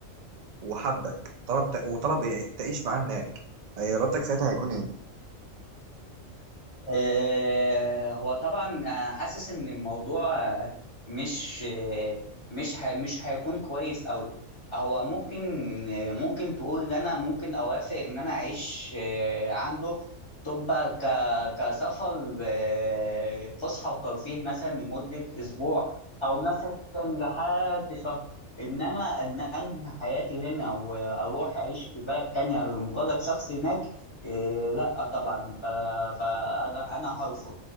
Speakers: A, on the right; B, on the left.
A: وحبك طلب وطلب تعيش معاه هناك إيه ردك ساعتها هيكون إيه؟
B: آه، هو طبعا أنا حاسس ان الموضوع آه، مش آه، مش ه- مش هيكون كويس قوي هو ممكن آه، ممكن تقول ان انا ممكن اوافق ان انا اعيش آه، عنده تبقى ك- كسفر آه، فسحه وترفيه مثلا لمده اسبوع او مثلا لحد شهر انما ان انهي حياتي هنا واروح اعيش في بلد تانية لمجرد شخص هناك إيه لا طبعا ف- فانا انا هرفض